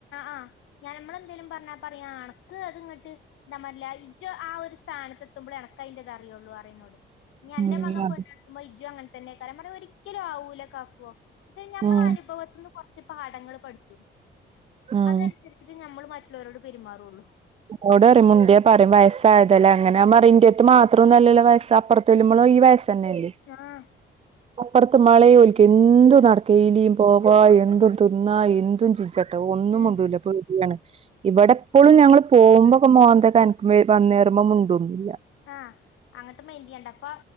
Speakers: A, on the left (about 85°); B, on the right (about 30°).
A: ആ ഞാൻ നമ്മള് എന്തെലും പറഞ്ഞ പറ ഏണക്ക് അത് അങ്ങിട്ട് എന്താ <unintelligible> ഇജ്ജ് ആ ഒരു സ്ഥാനത്ത് എത്തുമ്പളേ എന അയിന്റെത് അറിയൊള്ളു അറിയും എന്നോട് ഇനി അന്റെ
B: ഉം
A: മകൻ
B: അതെ
A: പെ ഇജും അങ്ങനെ തന്നെയ്ക്കാരം ഒരിക്കലും ആവൂല കാക്കുവോ ഇച്ച് നമ്മള
B: ഉം
A: അനുഭവത്തി നിന്ന് കുറച്ച് പാഠങ്ങൾ പഠിച്ചും
B: ഉം
A: അതനുസരിച്ചിട്ട് ഞമ്മൾ മറ്റുള്ളവരോട് പെരുമാറുള്ളു.
B: ഇന്നോട് മുണ്ട്യ പറിം വയസ്സായതല്ലേ അങ്ങനെ ഞാൻ പറിം ഇന്റെട്ത്ത് മാത്രെന്നല്ലല്ലോ വയസ് അപ്പറ <unintelligible> ഈ വയസ് തന്നെയല്ലേ
A: ആഹ്
B: അപ്പുറത്ത് മാളെ ഓല്ക്ക് എന്തും നടക്കേ എയ്ലിം പോവാ, എന്തും തിന്നാ എന്തും ച ചയട്ട് ഒന്നും
A: ഉം
B: മുണ്ടൂല ഇപ്പോ <unintelligible> ഇവിടെ എപ്പോഴും ഞങ്ങള് പോമ്പോക്കെ മോന്ത കനക്കും ഏഹ് വന്നേറുമ്പോ മുണ്ടൊന്നുല്ല.
A: ആഹ് അങ്ങട്ട് മൈന്റ്യ്യണ്ടപ്പ